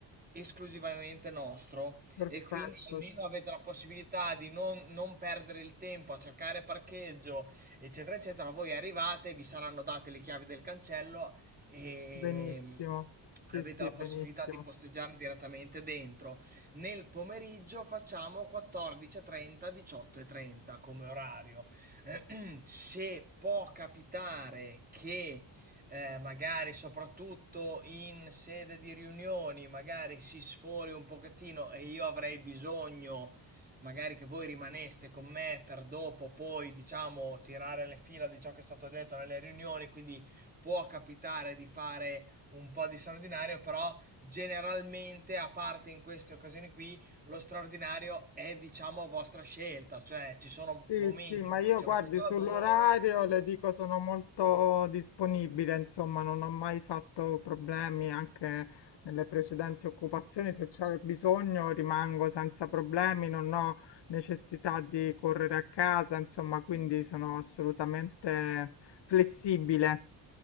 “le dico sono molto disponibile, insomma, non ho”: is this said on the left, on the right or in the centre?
Left